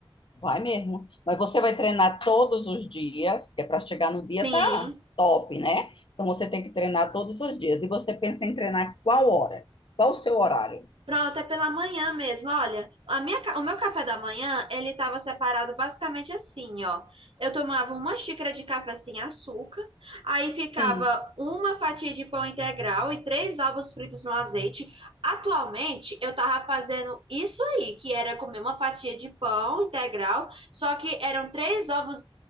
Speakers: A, on the left (about 60°); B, on the right (about 65°).
A: vai mesmo. Mas você vai treinar todos os dias, que é para chegar no dia
B: Sim.
A: tá top, né? Então você tem que treinar todos os dias. E você pensa em treinar qual hora? Qual o seu horário?
B: Pronto, é pela manhã mesmo. Olha, a minha, ca- o meu café da manhã, ele estava separado basicamente assim, ó. Eu tomava uma xícara de café sem açúcar, aí ficava
A: Sim.
B: uma fatia de pão integral e três ovos fritos no azeite. Atualmente, eu tava fazendo isso aí, que era comer uma fatia de pão integral, só que eram três ovos,